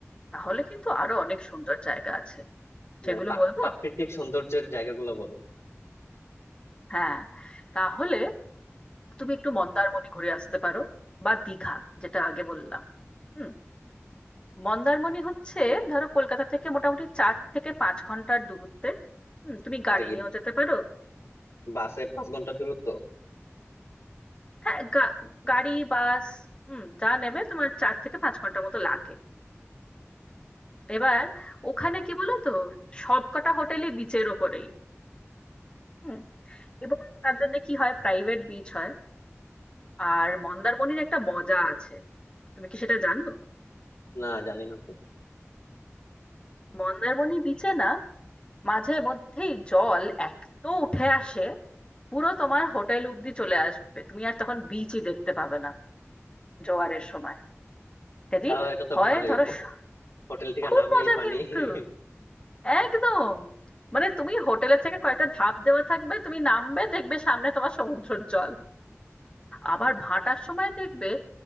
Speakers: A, on the left (about 20°); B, on the left (about 70°).
A: তাহলে কিন্তু আরো অনেক সুন্দর জায়গা আছে সেগুলো
B: আহ, প্রাক-
A: বলবো
B: প্রাকৃতিক সৌন্দর্যের জায়গাগুলো বলো
A: হ্যাঁ তাহলে তুমি একটু মন্দারমণি ঘুরে আসতে পারো বা দীঘা যেটা আগে বললাম হুম মন্দারমণি হচ্ছে ধরো কলকাতা থেকে মোটামুটি চার থেকে পাঁচ ঘন্টার দূরত্বে হুম, তুমি গাড়ি
B: এটা কি
A: নিয়েও যেতে পারো
B: বাসে পাঁচ ঘন্টা দূরত্ব
A: হ্যাঁ গা- গাড়ি বাস হুম যা নেবে তোমার চার থেকে পাঁচ ঘন্টা মতো লাগে এবার ওখানে কি বলো তো সব কটা হোটেলই বিচের ওপরেই হুম এবং তার জন্য কি হয় প্রাইভেট বিচ হয় আর মন্দারমণির একটা মজা আছে তুমি কি সেটা জানো
B: না জানি না তো।
A: মন্দারমণি বিচে না মাঝে মধ্যেই জল এত উঠে আসে পুরো তোমার হোটেল অব্দি চলে আসবে তুমি আর তখন বিচই দেখতে পাবে না জোয়ারের সময় কাজেই
B: তাহলে এটা তো
A: হয়
B: ভালোই
A: ধরো
B: হো-
A: স-
B: হোটেল থেকে
A: খুব
B: নামলেই
A: মজা
B: পানি
A: কিন্তু
B: <laughs>
A: একদম মানে তুমি হোটেলের থেকে কয়েকটা ধাপ দেওয়া থাকবে তুমি নামবে দেখবে সামনে তোমার সমুদ্রের জল আবার ভাটার সময় দেখবে